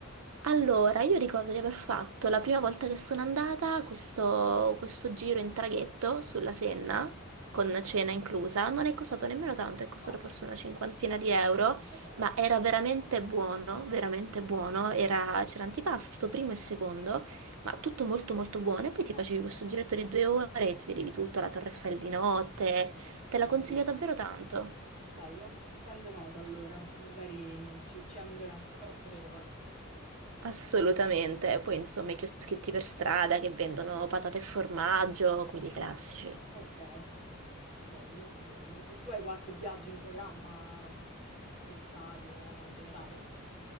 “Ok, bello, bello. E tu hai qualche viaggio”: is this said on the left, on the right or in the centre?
Left